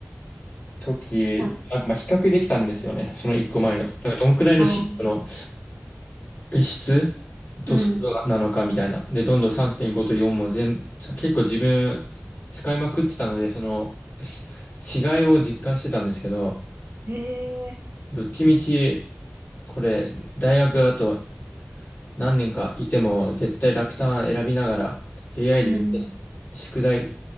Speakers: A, on the left (about 45°); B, on the right (about 55°).
A: 時、
B: あ、
A: なんかまあ比較できたんですよね、その1個前の。だからどんくらいの進歩の
B: あ、
A: 質と速度なのかみたいな。
B: うん。
A: で、どんどん3.5と4も全部、結構自分使いまくってたので、そのす違いを実感してたんですけど、
B: へえ
A: どっちみち、これ、大学あと何年かいても絶対楽単選びながら AI
B: うん。
A: で絶対宿題